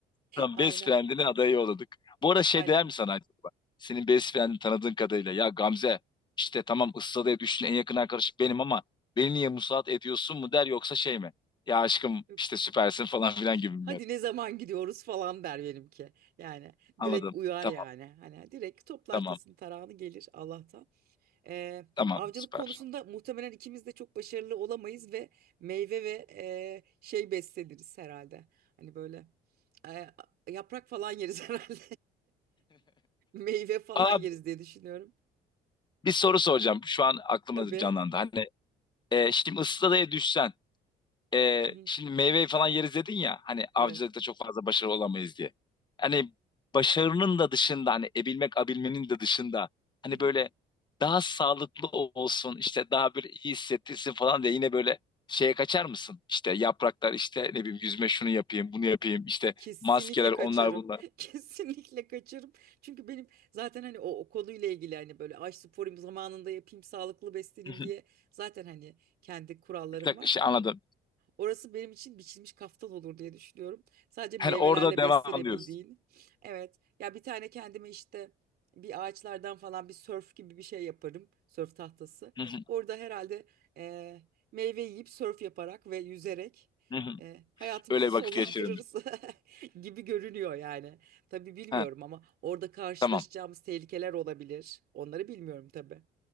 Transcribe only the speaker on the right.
Aynen,
aynen.
Yok.
Hadi
ne zaman gidiyoruz falan der benimki. Yani
direkt uyar
yani. Hani direkt toplar
tasın tarağını gelir Allah'tan. Eee,
avcılık
konusunda muhtemelen ikimiz de çok başarılı olamayız ve meyve ve eee, şey besleniriz herhalde. Hani böyle eee, yaprak falan yeriz <laughs> herhalde. Meyve falan
yeriz diye düşünüyorum.
Tabii.
Hı hı,
evet.
Hı hı.
Kesinlikle
kaçarım.
<laughs> Kesinlikle kaçarım. Çünkü benim zaten hani o, o konuyla ilgili hani böyle ay sporayım zamanında yapayım sağlıklı besleneyim
diye zaten hani kendi kurallarım
var.
Orası benim için biçilmiş kaftan olur diye düşünüyorum. Sadece meyvelerle
beslenebildiğin.
Evet. Ya bir tane kendime işte bir ağaçlardan falan bir sörf gibi bir şey yaparım. Sörf tahtası.
Orada herhalde e, meyve yiyip sörf yaparak ve yüzerek
e, hayatımızı
sonlandırırız
<laughs> gibi görünüyor yani. Tabii bilmiyorum
ama orada karşılaşacağımız
tehlikeler olabilir. Onları bilmiyorum tabii.